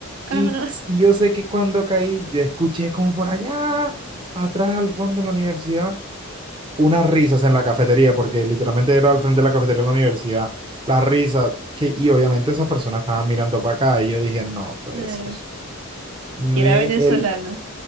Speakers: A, on the right; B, on the right.
A: Ajá,
B: Y, y yo sé que cuando caí, yo escuché como por allá, atrás al fondo de la universidad, unas risas en la cafetería, porque literalmente era al frente de la cafetería de la universidad, las risas, que, y obviamente esas personas estaban mirando para acá y yo dije, no puede
A: claro.
B: ser. Me,
A: Y era venezolana.
B: el,